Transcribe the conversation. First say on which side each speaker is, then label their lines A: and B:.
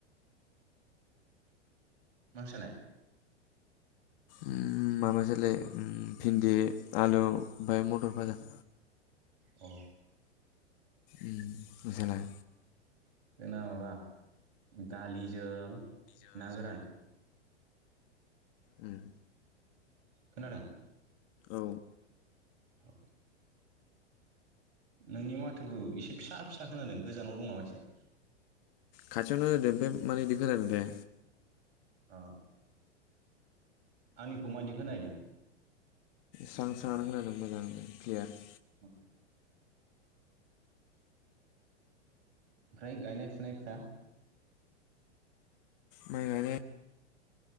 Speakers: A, on the right (about 55°); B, on the left (about 50°).
A: मा ओंख्रि जानाय
B: ओम माबासोलै ओ भिन्दि आलु ओमफ्राय मथर भाजा <unintelligible>
A: अ
B: उम नोंसालाय
A: जोंना माबा दालिजों ना गोरान
B: उम
A: खोनादों
B: औ
A: औ नोंनि माथोखौ इसे फिसा फिसा खोनादों गोजानाव दं नामा एसे
B: खाथियावनो होदो ओमफ्राय मानो इदि खोनादोंथाय
A: औ आंनिखौ मायदि खोनाहैदों
B: स्रां स्रांआनो खोनादों मोजांनो क्लियार
A: औ ओमफ्राय गायनाय फुनायफ्रा
B: माइ गायनाय